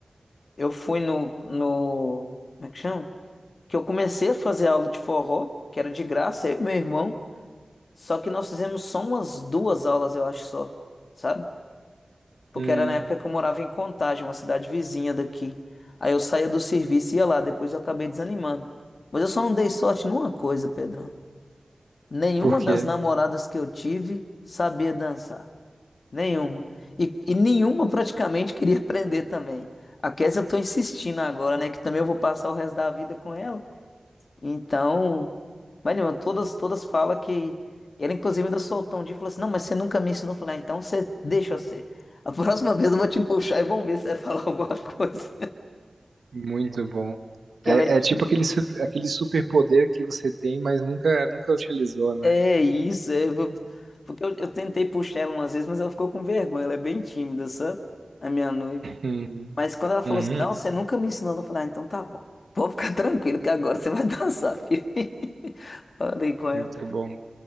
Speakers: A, on the left; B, on the right.
A: eu fui no, no, como é que chama? que eu comecei a fazer aula de forró, que era de graça, eu e meu irmão. Só que nós fizemos só umas duas aulas, eu acho só, sabe? Porque
B: Hum,
A: era na época que eu morava em Contagem, uma cidade vizinha daqui. Aí eu saía do serviço e ia lá, depois eu acabei desanimando. Mas eu só não dei sorte numa coisa, Pedrão. Nenhuma
B: por quê?
A: das namoradas que eu tive sabia dançar. Nenhuma. E, e nenhuma praticamente queria <laughs> aprender também. A Kézia eu tô insistindo agora, né? Que também eu vou passar o resto da vida com ela. Então, Marina, todas, todas falam que. Ela, inclusive, ainda soltou um dia e falou assim: Não, mas você nunca me ensinou. a falar então você deixa eu ser. A próxima vez eu vou te puxar e vamos ver se você vai falar <laughs> alguma coisa.
B: Muito bom.
A: Que
B: É,
A: ela é tímida.
B: é tipo aquele, su- aquele superpoder que você tem, mas nunca, nunca utilizou, né?
A: É isso, é. vo- Porque eu, eu tentei puxar ela umas vezes, mas ela ficou com vergonha. Ela é bem tímida, sabe? A minha noiva.
B: Uhum.
A: Mas quando ela falou
B: Uhum.
A: assim: Não, você nunca me ensinou. Eu falei: Ah, então tá bom. Pode ficar tranquilo que agora você vai dançar, filho. <laughs> Falei com ela.
B: Muito bom.